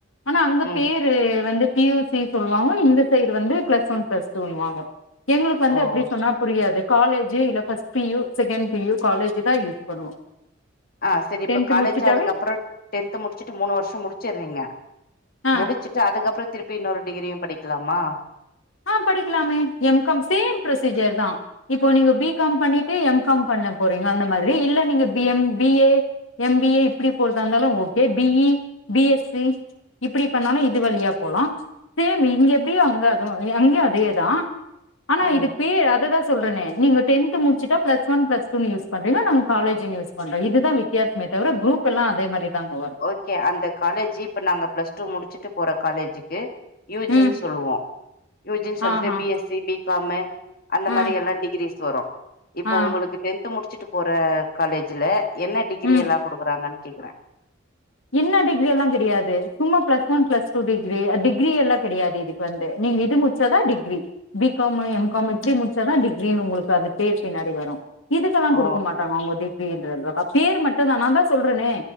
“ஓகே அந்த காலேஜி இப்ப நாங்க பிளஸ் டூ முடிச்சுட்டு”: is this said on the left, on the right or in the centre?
Left